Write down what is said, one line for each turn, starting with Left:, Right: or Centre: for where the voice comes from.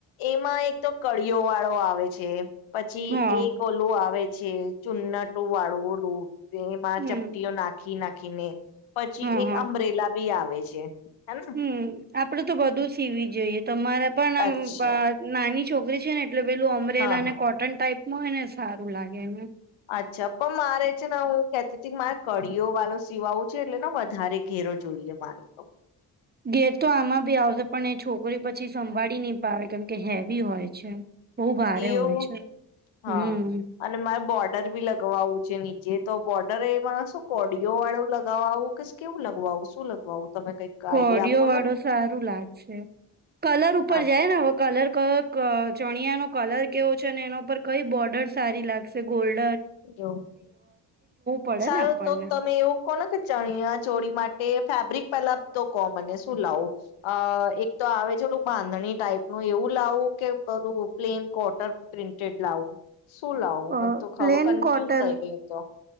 Left: એમ માં એક તો કળીયો વાળો આવે છે. પછી
Right: હા
Left: એક ઓલું આવે છે ચુન્નટો વાળું ઓલું તો એમાં
Right: હમ
Left: ચપટીઓ નાખી ના ખીને પછી
Right: હા
Left: એક
Right: હા
Left: અમબરેલા બી આવે છે હેને
Right: હમ આપડે તો બધું સીવી જોઈએ તમારે પણ
Left: અચ્છા
Right: આ બ નાની છોકરી છેને એટલે પેલું અમરેલા
Left: હા
Right: અને
Left: હા
Right: કોટન ટાઈપ મને એને સારું લાગે ને
Left: અચ્છા પણ મારે છે ને હું કેતી હતી મારે કળીઓ વાળો સીવાવુ છે એટલે ને વધારે ઘેરો જોઈએ મારે તો
Right: ઘેર તો આમાં ભી આવશે પણ એ છોકરી પછી સંભાળી નહી પાવે કેમ કે હેવી હોય છે બહુ ભારે
Left: એવું
Right: હોય છે
Left: હા
Right: હમ
Left: અને મારે બોર્ડર બી લગવાવું છે નીચે તો બોર્ડર એમાં શું કોડીઓ વાળું લગાવવા આવું કે કેવું લગાવું શું લગાવું તમે કઈક
Right: કોડિયો
Left: આઈડિયા આપો
Right: વાળો
Left: ને
Right: સારું લાગશે કલર ઉપર
Left: આ
Right: જાય ને હવે કલર કયો ચણિયાનો કલર કેવો છે અને એના ઉપર કઈ બોર્ડર સારી લાગશે ગોલ્ડ
Left: જો
Right: પડે
Left: સારું
Right: ને આપણને.
Left: તો તમે એવું કોને કે ચણીયા ચોડી માટે ફેબ્રિક પેલા તો કો મને શું લાવું અ એક તો આવે છેું બાંધણી ટાઈપ ન એવું લાવું કે બધું પ્લેન કોટન પ્રિન્ટેડ લાવું શું લાવ
Right: અ
Left: મને તો ખબર
Right: પ્લેન
Left: કન્ફ્યુઝ
Right: કોટન
Left: થઈ ગઈ તો